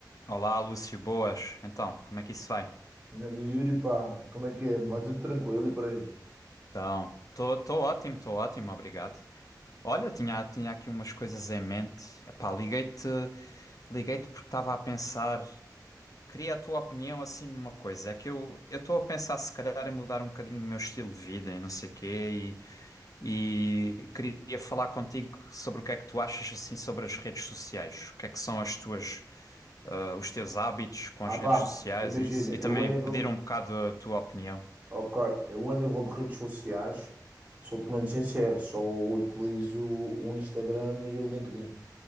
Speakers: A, on the left; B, on the right.
A: Olá, Lúcio, boas. Então, como é que isso vai?
B: Grande Yuri, pá, como é que é? Vai tudo tranquilo e por aí?
A: Então, estou ótimo, estou ótimo, obrigado. Olha, tinha, tinha aqui umas coisas em mente. Epá, liguei-te, liguei-te porque estava a pensar, queria a tua opinião assim numa coisa. É que eu eu estou a pensar se calhar em mudar um bocadinho o meu estilo de vida e não sei quê e, e queria falar contigo sobre o que é que tu achas assim sobre as redes sociais. O que é que são as tuas ah, os teus hábitos com
B: Ah,
A: as
B: pá,
A: redes sociais
B: imagina,
A: e isso,
B: eu
A: e também
B: a nível,
A: pedir um bocado a tua opinião.
B: ok, eu a nível de redes sociais, sou-te muito sincero, só utilizo o Instagram e o LinkedIn.